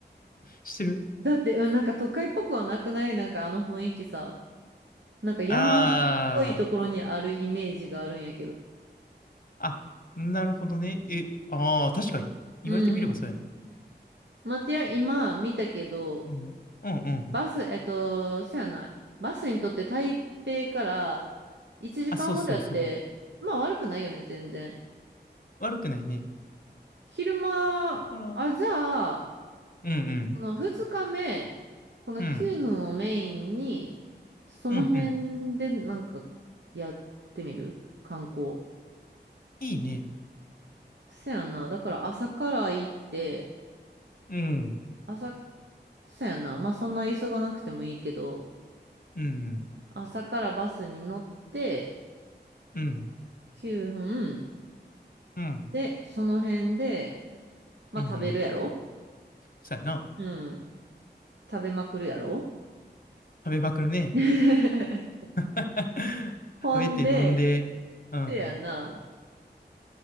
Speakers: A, on the left; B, on the right.
A: 知ってる
B: だって、うん、なんか都会っぽくはなくないなんかあの雰囲気さ。なんか山っぽいところにあるイメージがあるんやけど。
A: あー、あ、なるほどね。え、ああ、確かに。言われてみればそうやね。
B: うん。まあ、てや、今見たけど、
A: うん、うん、うん。
B: バス、えっと、そやな。バスにとって台北から1時間ほどやって、
A: あ、そうそうそう。
B: まあ悪くないよね、全然。
A: 悪くないね。
B: 昼間、
A: あら、
B: あ、じゃあ、
A: うん、
B: この2日目、この9分をメインに、
A: うん、うん、
B: その辺でなんかやってみる観光。
A: うん、うん。いいね。
B: そやな。だから朝から行って、
A: うん、
B: 朝、そやな。まあそんな急がなくてもいいけど、
A: うん、
B: 朝からバスに乗って
A: うん、
B: 9分
A: うん、うん、
B: で、その辺で、まあ食べるやろ
A: うん。うんそうやな。
B: うん。食べまくるやろ
A: 食べまくるね。
B: <laughs>
A: <laughs>
B: ほんで、
A: 食べて飲んで、うん。
B: <laughs> せやな。